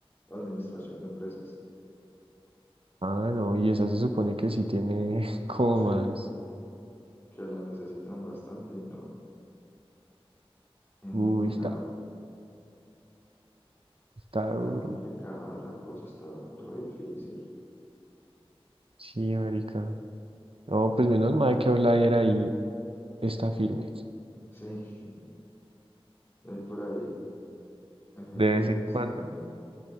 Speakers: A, on the left; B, on the right.
A: administración de empresas.
B: Ah, no, y esa se supone que sí tiene <laughs> como
A: Sí,
B: más.
A: que la necesitan bastante y no en
B: Uy,
A: ningún
B: está,
A: lado.
B: está
A: Está
B: duro.
A: complicada la cosa, está re difícil.
B: Sí, marica. No, pues menos mal que Outlier ahí está firme.
A: Sí, <laughs> hay por ahí. eh,
B: De
A: he
B: vez
A: pensado,
B: en cuando.